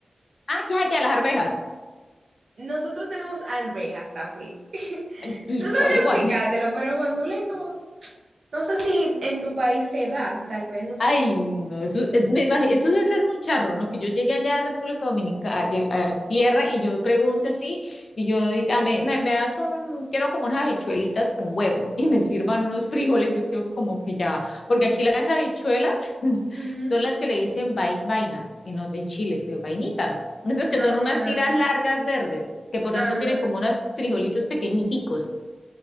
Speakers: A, on the left; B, on the right.
A: Ah, ya, ya, las arvejas.
B: Nosotros tenemos arvejas también. <laughs>
A: Ay,
B: No sabría
A: ¿Cuál es guandule?
B: explicártelo,
A: <laughs>
B: pero guandules es como, no sé si en tu país se da, tal vez, no sé.
A: Ay, no, eso, es- me imag- eso debe ser muy charro, ¿no? Que yo llegué allá a República Dominicana, lle- a tierra, y yo pregunto así, y yo diga, "Ah, me, me, me das un, quiero como unas habichuelitas con huevo, y me sirvan unos frijoles, yo quedo como que ya, va. porque aquí las habichuelas <laughs>
B: Ujú.
A: son las que le dicen vai- vainas, y no, en Chile, que vainitas. Esas que
B: Ajá.
A: son unas tiras largas verdes, que por
B: Ajá.
A: dentro tienen como unos frijolitos pequeñiticos.